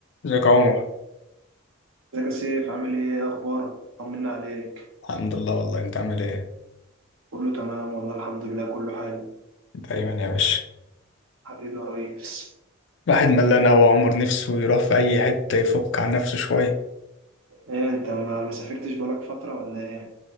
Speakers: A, on the left; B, on the right.
A: ازيك يا عمر
B: ازيك يا سيف عامل ايه إيه اخبارك طمنا عليك
A: الحمد لله والله انت عامل ايه
B: كله تمام والله الحمد لله كله حلو
A: دايما يا باشا
B: حبيبي يا ريس
A: الواحد ملان أوي يا عمر نفسه يروح في أي حتة يفك عن نفسه شوية
B: ايه انت ما ما سافرتش بقالك فترة ولا ايه